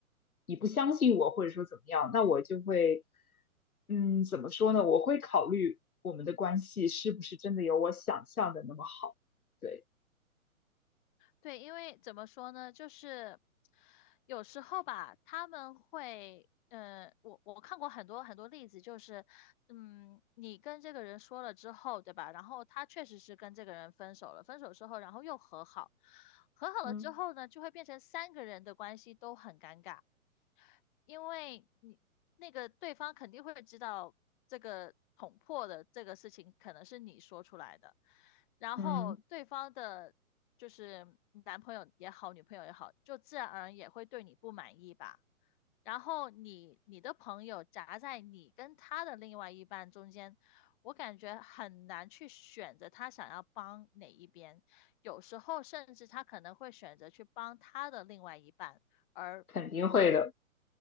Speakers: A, on the left; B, on the left.
A: 你不相信我，或者说怎么样，那我就会，嗯，怎么说呢？我会考虑我们的关系是不是真的有我想象的那么好。对，
B: 对，因为怎么说呢，就是有时候吧，他们会，呃，我我看过很多很多例子，就是，嗯，你跟这个人说了之后，对吧？然后他确实是跟这个人分手了，分手之后，然后又和好，和好了之后呢，
A: 嗯
B: 就会变成三个人的关系都很尴尬。因为你那个对方肯定会知道这个捅破的这个事情可能是你说出来的，然后对方的，
A: 嗯
B: 就是男朋友也好，女朋友也好，就自然而然也会对你不满意吧。然后你你的朋友夹在你跟他的另外一半中间，我感觉很难去选择他想要帮哪一边，有时候甚至他可能会选择去帮他的另外一半。而
A: 肯定会的。